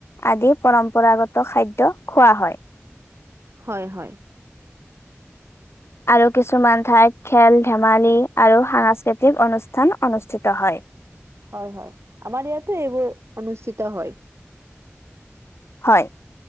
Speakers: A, on the left (about 65°); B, on the right (about 70°).
A: আদি পৰম্পৰাগত খাদ্য খোৱা হয়।
B: হয়- হয়।
A: আৰু কিছুমান ঠাইত খেল ধেমালি আৰু সাংস্কৃতিক অনুষ্ঠান অনুষ্ঠিত হয়।
B: হয়- হয় আমাৰ ইয়াতে এইবোৰ অনুষ্ঠিত হয়।
A: হয়।